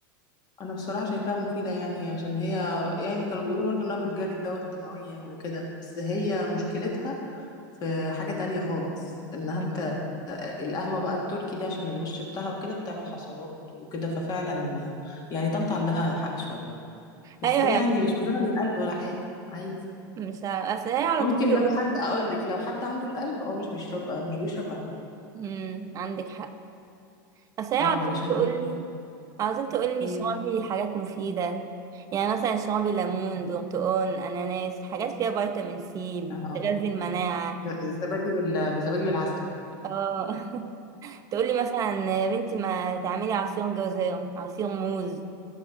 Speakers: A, on the left; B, on the right.
A: انا بصراحه شايفاها مفيده يعني عشان هي يعني كانوا بيقولوا برضو انها بتجري الدورة الدمويه وكده بس هي مشكلتها في حاجه تانية خالص انها
B: مم.
A: بت... القهوه بقى التركي دي عشان الوش بتاعها وكده بتعمل حصوات وكده ففعلا يعني طنط عندها حق شويه بس
B: ايوه
A: يعني
B: يعني
A: مش مضره للقلب ولا حاجه عادي
B: مش عارفة اصل هي على
A: ممكن
B: طول تقولي
A: لو حد اقول لك لو حد عنده القلب اه مش بيشرب آه مش بيشرب قهوه
B: مم، عندك حق اصل هي
A: اه
B: عاوزاك
A: علشان
B: تقولي
A: بت
B: عاوزاك تقولي
A: مم.
B: اشربي حاجات مفيدة يعني مثلا اشربي ليمون برتقال اناناس حاجات فيها فيتامين سي بتغذي
A: اه
B: المناعة
A: الزبادي بال... بالزبادي بالعسل <laughs>
B: اه <laughs> تقولي مثلا يا بنتي ما تعملي عصير جزر عصير موز